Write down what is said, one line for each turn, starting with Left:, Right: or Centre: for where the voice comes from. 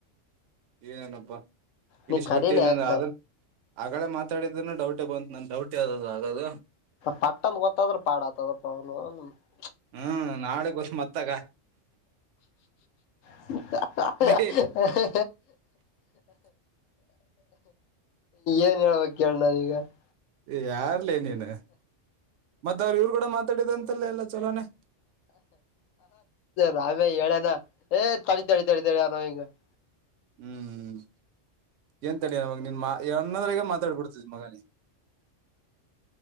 Right: ಏನೇನಪ್ಪಾ ಹಿಡಿಸಿ್ಬಟ್ಟೆ
Left: ನೀ ಕಲೀಲಿ
Right: ಏನಂದ್ರ
Left: ಯಾಕ
Right: ಆಧಾರ್ <unintelligible> ಆಗಡೆೇ ಮಾತಾಡಿದ್ರುನು ಡೌಟೆ ಬಂತು ನನ್ ಡೌಟ್ ಯಾವ್ದದು ಹಾಗದು
Left: ಪಟ್ಟಂದ ಗೊತ್ತದ್ರ ಪಾಡ್ ಆತದಪ್ಪ ಅವ <unintelligible>
Right: ಹ್ಮ್ ನಾಳೆಗೋಷ ಮತ್ತಾಗ
Left: <unintelligible> <inaudible>
Right: ಲೇ
Left: ಏನ್ ಹೇಳ್ಬೇಕ ಕೇಳ ನಾನೀಗ <unintelligible>
Right: ಯಾರ್ಲೇ ನೀನು ಮತ್ತ ಅವ್ರ ಇವ್ರು ಕೂಡ ಮಾತಾಡಿದ ಅಂತಲ್ಲ ಎಲ್ಲ ಚಲೋನನೆ
Left: ರಾಮೇ ಹೇಳೇನಾ ಏ ತಡಿ ತಡಿ ತಡಿ ಅ ನಾವ್ ಹಿಂಗ <unintelligible>
Right: ಹ್ಮ್್ಮ ಏನ್ ತಡಿಯ ಮಾಗ ನಿನ್ ಮಾನ್ನದ್ರಾಗ ಮಾತಾಡ್ಬಿಡ್ತಿದ ಮಗನಿ